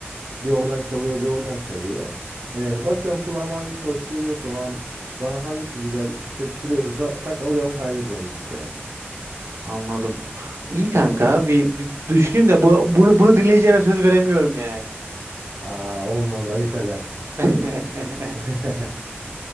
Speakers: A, on the right; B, on the right.
A: Bir oradan çalıyor bir oradan çalıyor. E, bakıyorum kulağıma hangisi hoş geliyorsa o an bana hangisi güzel hissettiriyorsa tak alıyorum kaydediyorum listeye.
B: Anladım. İyi kanka bir, bir düşüneyim de bu, bunu, bunu dinleyeceğime söz veremiyorum yani.
A: Aa olmaz ayıp edersin.
B: <laughs>
A: <laughs>